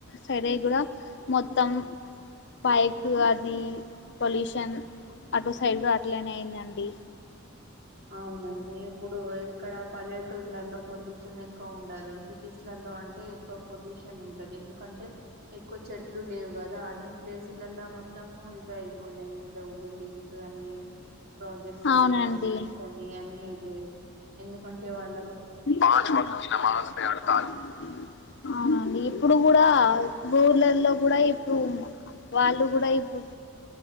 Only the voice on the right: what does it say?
అవునండి ఇప్పుడు ఇక్కడ పల్లెటూర్లలో పొల్యూషన్ ఎక్కువ ఉండదు స్లలో అంటే ఎక్కువ పొల్యూషన్ ఉంటది ఎందుకంటే ఎక్కువ చెట్లు లేవు కదా అన్ని ప్లేసులలో మొత్తము ఇవే అయిపోయినాయి ఇల్లు బిల్డింగ్స్ అన్ని ప్రాజెక్ట్స్ అని
కంపెనీస్ అని అన్ని ఇవే ఎందుకంటే వాళ్ళ
అలా